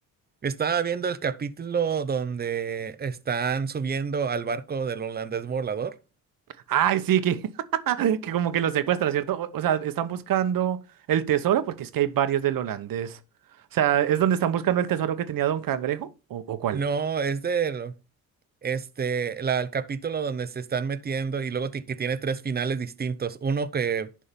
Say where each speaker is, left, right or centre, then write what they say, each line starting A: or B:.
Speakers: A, on the right; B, on the right.
A: Estaba viendo el capítulo donde están subiendo al barco del holandés volador.
B: Ay, sí, que, <laughs> que como que los secuestra, ¿cierto? O, o sea, están buscando el tesoro, porque es que hay varios del holandés. O sea, ¿es donde están buscando el tesoro que tenía Don Cangrejo? ¿O, o cuál?
A: No, es del, este, la- el capítulo donde se están metiendo y luego ti- que tiene tres finales distintos. Uno que